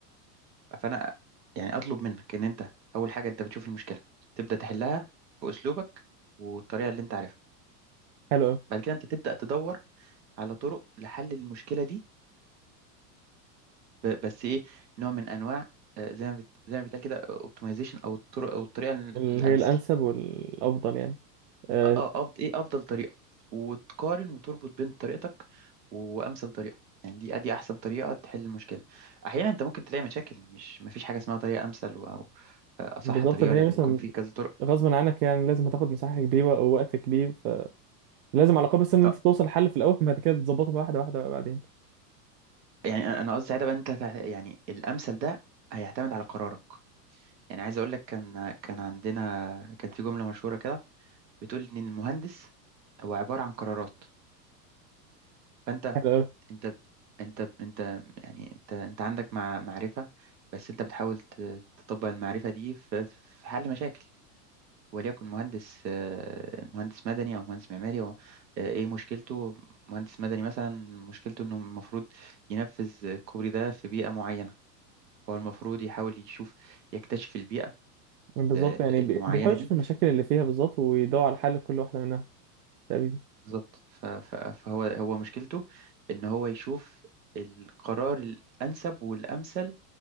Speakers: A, on the right; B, on the right.
A: فانا يعني اطلب منك ان انت اول حاجه انت بتشوف المشكله تبدا تحلها باسلوبك والطريقه اللي انت عارفها
B: حلو قوي
A: بعد كده انت تبدا تدور على طرق لحل المشكله دي ب- بس ايه نوع من انواع آه، زي ما بت... زي ما بيتقال كده اوبتمايزيشن او الطرق او الطريقه
B: اللي
A: الامثل
B: هي الانسب والافضل يعني آه،
A: افضل ايه افضل طريقه وتقارن وتربط بين طريقتك وامثل طريقه يعني دي ادي احسن طريقه تحل المشكله احيانا انت ممكن تلاقي مشاكل مش مفيش حاجه اسمها طريقه امثل و- او اصح
B: بالظبط
A: طريقه
B: اللي
A: لان
B: هي مثلا
A: بيكون في كذا طرق
B: غصبا عنك يعني لازم هتاخد مساحه كبيره او وقت كبير فلازم على الاقل بس ان انت
A: آه،
B: توصل لحل في الاول بعد كده تظبطه بقى واحده واحده بقى بعدين
A: يعني انا أنا قصدي ساعتها بقى انت تع- يعني الامثل ده هيعتمد على قرارك يعني عايز اقول لك كان كان عندنا كان في جمله مشهوره كده بتقول ان المهندس هو عباره عن قرارات فانت
B: حلو قوي
A: انت انت انت يعني انت انت عندك مع معرفة بس انت بتحاول ت- تطبق المعرفة دي في في حل مشاكل وليكن مهندس آه، مهندس مدني او مهندس معماري هو، آه، ايه مشكلته مهندس مدني مثلا مشكلته انه المفروض ينفذ الكوبري ده في بيئة معينة هو المفروض يحاول يشوف يكتشف البيئة
B: بالظبط
A: ال-
B: يعني بي-
A: المعينة
B: بيحاول
A: دي
B: يشوف المشاكل اللي فيها بالظبط ويدور على حل كل واحده منها تقريبا
A: بالظبط ف- ف- فهو هو مشكلته ان هو يشوف القرار الانسب والامثل